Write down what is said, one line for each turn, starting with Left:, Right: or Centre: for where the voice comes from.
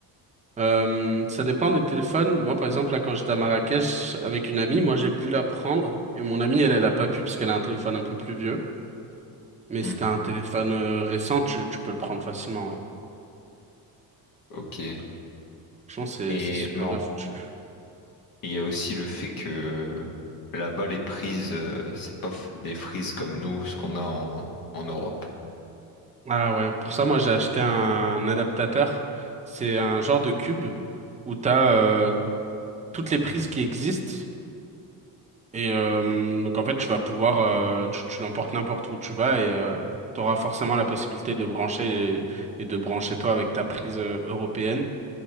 Right: Euh, ça dépend des téléphones. Moi, par exemple, là, quand j'étais à Marrakech avec une amie, moi, j'ai pu la prendre et mon amie, elle, elle a pas pu parce qu'elle a un téléphone un peu plus vieux. Mais
Left: Hmm.
Right: si t'as un téléphone euh, récent, tu, tu peux le prendre facilement, ouais.
Left: Ok.
Right: Franchement, c'est,
Left: Et
Right: c'est super
Left: mais en-
Right: bien foutu.
Left: il y a aussi le fait que là-bas, les prises, euh, c'est pas f- des frises comme nous, ce qu'on a en, en Europe.
Right: Ah ouais, pour ça, moi j'ai acheté un adaptateur. C'est un genre de cube où t'as as euh, toutes les prises qui existent. Et euh, donc en fait, tu vas pouvoir, euh, tu, tu l'emportes n'importe où tu vas et euh, tu auras forcément la possibilité de brancher et, et de brancher toi avec ta prise euh, européenne.